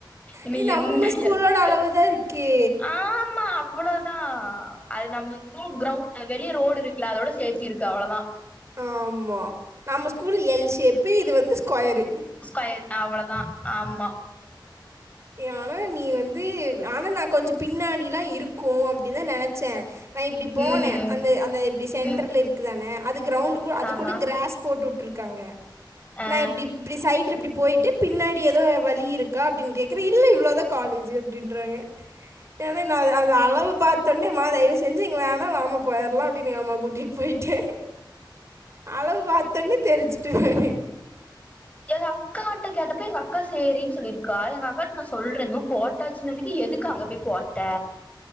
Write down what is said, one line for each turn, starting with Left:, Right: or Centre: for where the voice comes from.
Left: இனி
Right: நீ நம்ம
Left: என்ன
Right: ஸ்கூலோட
Left: எத்த
Right: அளவு தான் இருக்கு
Left: ஆமா அவ்ளோதா அது நம்ம ஸ்குல் கிரவுண்ட் ஆஹ் வெளிய ரோடு இருக்குல அதோட சேத்தி இருக்கு அவ்ளோதா
Right: ஆமா நம் ஸ்கூல் எல் ஷேப் இது வந்து ஸ்கொயர்
Left: ஸ்கொயர் அவ்ளதா ஆமா
Right: ஆனா நீ வந்து ஆனா நா கொஞ்சோ பின்னாடிலா இருக்கும் அப்டின்னு தான் நெனச்சேன் நா இப்டி போனே
Left: ம்
Right: அந்த அந்த இப்டி சென்டர்ல
Left: ம்
Right: இருக்கு தானே அது கிரவுண்ட் கூ அது
Left: ஆமா
Right: கூட கிராஸ் போட்டு உட்டு இருக்கு க்காங்க
Left: ஆ
Right: நா எப்டி இப்டி சைட்ல இப்டி போயிட்டு பின்னாடி ஏதோ வழி இருக்கா அப்டின்னு கேட் க்ற இல்ல இவ்ளோ தா காலேஜ்அப்டிங்குறாங்க ஏன்னா நா அத அளவு பாத்தோனே மா தயவு செஞ்சு இங்க வேணா வா மா போயிரலா அப்டின்னு எங்க அம்மாவ கூட்டிட்டு போய்ட்டே அளவு பாத்தோன்னே தெரிச்சிடுவேனே
Left: எங்க அக்கா கிட்ட கேட்டப்ப எங்க அக்கா சேரின்னு சொல்லியிருக்கா எங்க அக்காட நா சொல்றே இன்னு போட்டாச்சுனதுக்கு எதுக்க அங்க போய் போட்ட